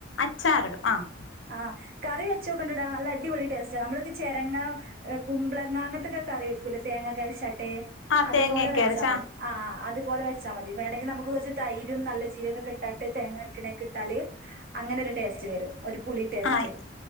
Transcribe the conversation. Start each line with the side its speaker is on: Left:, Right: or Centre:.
Left: അച്ചാറിടും ആഹ്
Right: ആഹ് കറി വെച്ചോക്കൊണ്ടടാ നല്ല അടിപൊളി ടേസ്റ്റ്ആ നമ്മളൊക്കെ ചെരങ്ങാ കുമ്പ്ളങ്ങ അങ്ങനത്തൊക്കെ കറി വെക്കൂല തേങ്ങക്കെരചാട്ട്
Left: ആ
Right: അതുപോലെ
Left: തേങ്ങയൊക്കെ
Right: വെച്ചാ
Left: അരച്ച
Right: മതി ആ അതുപോലെ വെച്ചാൽ മതി വേണെങ്കിൽ നമുക്ക്റച്ച് തൈ- രും നല്ല ജീരകം ഇട്ടിട്ട് തേങ്ങ അരക്കുണേക്ക ഇട്ടാല് അങ്ങനൊ രു ടേസ്റ്റ് വരും പുളി ടേസ്റ്റ്
Left: ആഹ്